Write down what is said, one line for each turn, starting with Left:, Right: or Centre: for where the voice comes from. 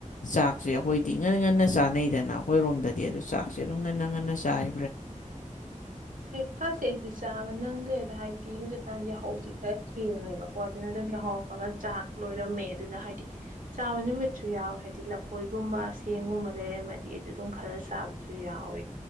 Left: ꯆꯥꯛꯁꯦ ꯑꯩꯈꯣꯏꯗꯤ ꯉꯟꯅ ꯉꯟꯅ ꯆꯥꯅꯩꯗꯅ ꯑꯩꯈꯣꯏꯔꯣꯝꯗꯗꯤ ꯑꯗꯨ ꯆꯥꯛꯁꯦ ꯑꯗꯨꯝ ꯉꯟꯅ ꯉꯟꯅ ꯆꯥꯏ
Right: ꯐ ꯍꯥꯏꯁꯤꯁꯤ ꯆꯥꯕ ꯅꯪꯗ꯭ꯔꯦꯗ ꯍꯥꯏꯗꯤ ꯍꯧꯖꯤꯛꯀꯥꯟꯒꯤ ꯍꯧꯁꯤ ꯈꯔ ꯊꯦꯡꯉꯦꯕꯀꯣ ꯑꯗꯨꯅ ꯑꯗꯨꯝ ꯌꯥꯎꯧꯔꯛꯄꯒ ꯆꯥꯛ ꯂꯣꯏꯔꯝꯃꯦ ꯑꯗꯨꯅ ꯍꯥꯏꯗꯤ ꯆꯥꯕ ꯅꯨꯃꯤꯠꯁꯨ ꯌꯥꯎꯋꯦ ꯍꯥꯏꯗꯤ ꯂꯐꯣꯏꯒꯨꯝꯕ ꯁꯦꯝꯦꯡꯒꯨꯝꯕ ꯂꯩꯔꯝꯃꯗꯤ ꯑꯗꯨꯝ ꯈꯔ ꯆꯥꯕꯁꯨ ꯌꯥꯎꯋꯦ